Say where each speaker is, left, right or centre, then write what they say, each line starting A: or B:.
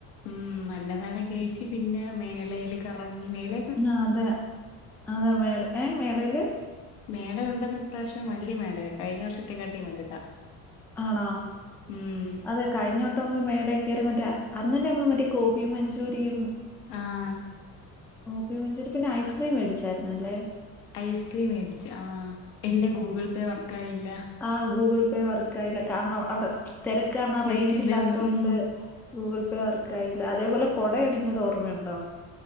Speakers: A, on the left; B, in the centre.
A: ഉം അന്നധാനം കഴിച്ച് പിന്നെ മേളേൽ കറങ്ങി മേളെ
B: ആഹ് അതെ അതാ മേള ഏഹ് മേളേല്
A: മേള ഉണ്ടെന്ന് ഇപ്രാവശ്യം വലിയ മേളയാ കഴിഞ്ഞ വർഷത്തേക്കാട്ടി വലുതാ
B: ആണോ
A: ഉം
B: അതെ കഴിഞ്ഞോട്ട് നമ്മള് മേളയറി മറ്റേ അന്നന്നെ നമ്മള് മറ്റേ ഗോപി മഞ്ചൂരിയും
A: ആഹ്
B: ഗോബി മഞ്ചൂരിയും പിന്നെ ഐസ്ക്രീം മേിച്ചായിരുന്നല്ലേ
A: ഐസ്ക്രീം മേടിച്ച് ആഹ് എന്റെ ഗൂഗിൾപേ വർക്കായില്ല
B: ആഹ് ഗൂഗിൾ പേ വർക്ക് ആയില്ല കാരണം അവിടെ തിരക്കാര്ണം
A: നെറ്റില്ലാന്ന്
B: റേഞ്ച് ഇല്ലാത്തോണ്ട്
A: ഉം
B: ഗൂഗിൾ പേ വർക്കായില്ല അതേപോലെ കൊട ഒടിഞ്ഞത് ഓർമ്മയുണ്ടോ